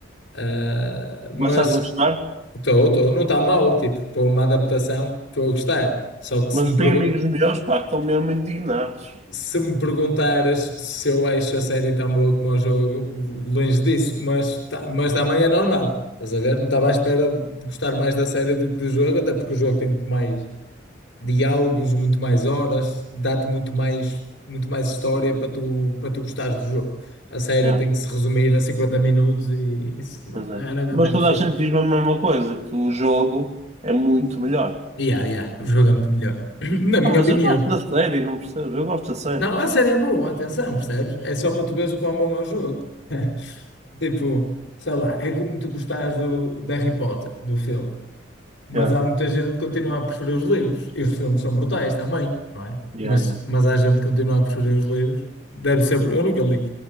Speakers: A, on the left (about 70°); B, on the right (about 35°).
A: Ah, mas
B: mas estás a gostar?
A: estou, estou, não está mal, tipo, para uma adaptação, estou a gostar. Só que
B: Mas
A: se me,
B: eu
A: pergu-
B: tenho amigos meus, pá, que estão mesmo indignados.
A: se me perguntares se eu acho a série tão boa como o jogo, longe disso, mas, tá, mas também é normal. Estás a ver? Não estava à espera de gostar mais da série do que do jogo, até porque o jogo tem muito mais diálogos, muito mais horas, dá-te muito mais, muito mais história para tu, para tu gostares do jogo. A série
B: Já,
A: tem que se resumir a 50 minutos e isso
B: pois é.
A: raramente
B: Mas
A: é possível.
B: toda a gente diz a mesma coisa, que o jogo é muito melhor.
A: Yeah, yeah, o jogo é muito melhor, <clears throat> na minha
B: Ah, mas
A: opinião.
B: eu gosto da série, não percebo? Eu gosto da série.
A: Não, a série é boa, atenção, percebes? É só para tu veres o quão bom é o jogo. <laughs> Tipo, sei lá, é como tu gostares do, de Harry Potter, do filme. Mas
B: Já,
A: há muita gente que continua a preferir os livros. E os filmes são brutais também, não é?
B: já,
A: Mas,
B: já.
A: mas há gente que continua a preferir os livros. Deve ser por... Eu nunca li.